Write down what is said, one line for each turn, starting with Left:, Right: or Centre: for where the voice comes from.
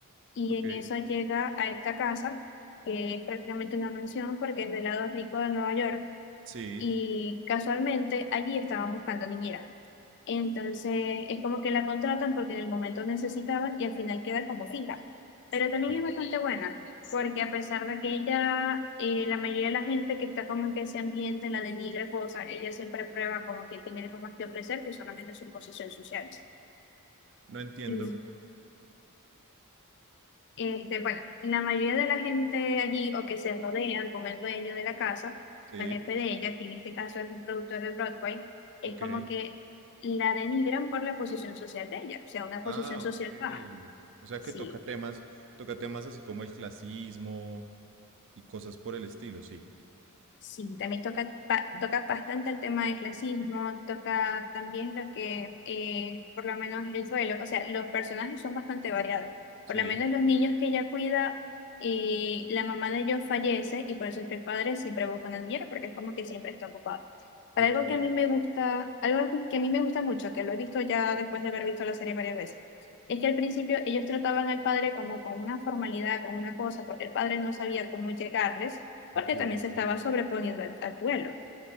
Left: y
Right: ok.
Left: en eso llega a esta casa, que es prácticamente una mansión porque es del lado rico de Nueva York,
Right: Sí,
Left: y casualmente allí estaban buscando niñera. Entonces es como que la contratan porque en el momento necesitaban y al final queda como fija. Pero también
Right: sí.
Left: es bastante buena, porque a pesar de que ella, eh, la mayoría de la gente que está como en ese ambiente la denigra, cosa, ella siempre prueba como que tiene algo más que ofrecer que solamente su posición social.
Right: No entiendo.
Left: Y Este, bueno, la mayoría de la gente allí o que se rodean con el dueño de la casa,
Right: Sí,
Left: con el jefe de ella, que en este caso es un productor de Broadway, es
Right: ok.
Left: como que la denigran por la posición social de ella, o sea, una
Right: Ah,
Left: posición social
Right: ok.
Left: baja.
Right: O sea
Left: Sí,
Right: que toca temas, toca temas así como el clasismo y cosas por el estilo, sí.
Left: Sí, también toca, pa- toca bastante el tema del clasismo, toca también lo que, eh, por lo menos el duelo, o sea, los personajes son bastante variados.
Right: Sí,
Left: Por lo menos los niños que ella cuida, eh, la mamá de ellos fallece y por eso es que el padre siempre busca una niñera, porque es como que siempre está ocupado. Pero
Right: ok,
Left: algo que a mí me gusta, algo que a mí me gusta mucho, que lo he visto ya después de haber visto la serie varias veces, es que al principio ellos trataban al padre como con una formalidad, con una cosa, porque el padre no sabía cómo llegarles porque
Right: ok,
Left: también
Right: sí.
Left: se estaba sobreponiendo al, al duelo.